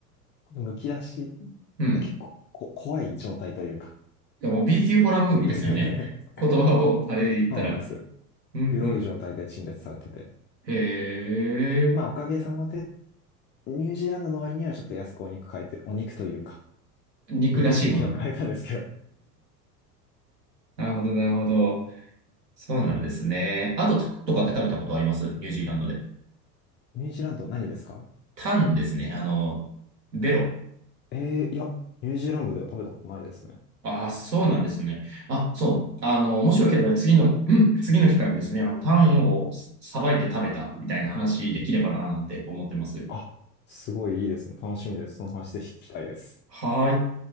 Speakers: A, on the left (about 25°); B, on the right (about 80°).
A: むき出し、
B: うん。
A: 結構こ怖い状態というか
B: いや、もう B 級ホラームービーですよね。
A: <laughs>
B: <laughs> 言葉をあれで言ったら。
A: そうなんです。
B: うんうん。
A: 黒い状態で陳列されてて。
B: へえ。
A: まあ、おかげさまでニュージーランドの割にはちょっと安くお肉変えて、お肉というか、
B: 肉らしいもの。
A: 肉製品を変えたんですけど。
B: なるほど、なるほど。そうなんですね。あと、タンとかって食べたことありますニュージーランドで。
A: <laughs> ニュージーランド何ですか
B: タンですね。あの、ベロ。
A: えー、いや、ニュージーランドでは食べたことないですね。
B: ああ、そうなんですね。あ、そう。あの、もしよければ次の、うん次の機会にですね、あの、タンをさばいて食べたみたいな話できればな、なんて思ってます。
A: あ、すごいいいですね。楽しみです。その話で聞きたいです。
B: はーい。